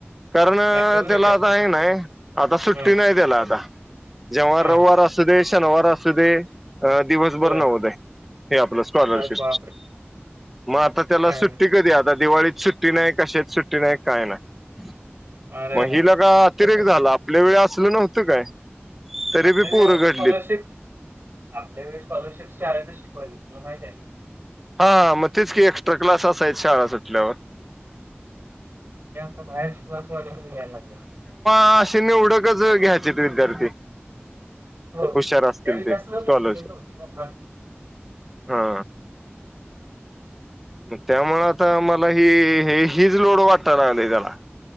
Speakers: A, in the centre; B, on the right.
A: कारण,
B: नाही करू दे
A: त्याला
B: खरं.
A: आता हाय क नाही आता सुट्टी
B: आहे. हं,
A: नाही त्याला आता. जेव्हा रविवार
B: हां.
A: असू दे, शनिवार असू दे. अ दिवसभर
B: बरं.
A: नवोदय, हे आपल स्कॉलरशिप.
B: अरेच बापरे!
A: मग आता त्याला
B: हां.
A: सुट्टी कधी, आता दिवाळीत सुट्टी नाही, कशांत सुट्टी नाही, काय नाही.
B: अरे,
A: मग
B: अरे,
A: हि लका अतिरेक
B: अरे!
A: झाला, आपल्या वेळी असल नव्हत काय. तरी
B: आपल्या
A: बी
B: वेळी
A: पोरं घडलीत.
B: स्कॉलरशिप, आपल्या वेळी स्कॉलरशिप शाळेतच शिक व्हयं, तुला माहित हाय व्हयं?
A: हा मग तेच कि, एक्स्ट्रा क्लास असायचे शाळा सुटल्यावर.
B: बाहेरची क्लास वा यायला लाग
A: अशी निवडक च घ्यायची विद्यार्थी.
B: हो.
A: हुशार असतील
B: त्यावेळी
A: ते
B: जास्त लोकं
A: स्कॉलरशिप
B: घेत नव्हते ना. हां,
A: हा त्यामुळे आता मला हि हे हीच लोड वाटा या लागली त्याला